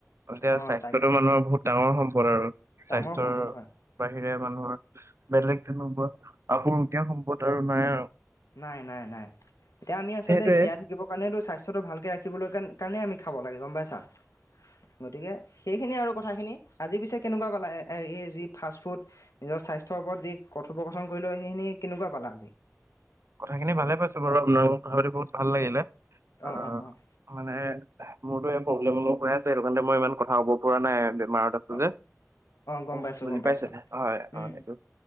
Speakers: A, on the right; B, on the left.
A: এতিয়া
B: অ
A: স্বাস্থ্যটো
B: তাক
A: মানুহৰ বহুত ডাঙৰ সম্পদ আৰু
B: ডাঙৰ
A: স্বাস্থ্যৰ
B: সম্পদ হয়
A: বাহিৰে মানুহৰ বেলেগ তেনেকুৱা আসুৰোগিয়া সম্পদ আৰু নাই আৰু।
B: নাই নাই নাই এতিয়া আমি আচলতে
A: সেইটোৱে
B: জীয়াই থাকি থাকিব কাৰণে স্বাস্থ্যটো ভালকে ৰাখিবলৈ কাৰণে কাৰণে আমি খাব লাগে গম পাইছা গতিকে সেইখিনি আৰু কথাখিনি আজি পিছে কেনেকুৱা পালে এই যি ফাষ্টফুড নিজৰ স্বাস্থ্যৰ ওপৰত যি কথোপকথন কৰিলোঁ, সেইখিনি কেনেকুৱা পালা
A: কথাখিনি ভালে পাইছো বাৰু আপোনাৰ লগত কথা পাতি বহুত ভাল লাগিলে।
B: অ
A: আহ
B: অ অ
A: মানে মোৰতো এই প্ৰব্লেম অলপ হৈ আছে সেইটো কাৰণে মই ইমান কথা ক'ব পৰা নাই বেমাৰ গতিকে
B: অ গম
A: অ
B: পাইছোঁ
A: বুজি
B: গম পাইছোঁ
A: পাইছে হয়
B: উম
A: হয়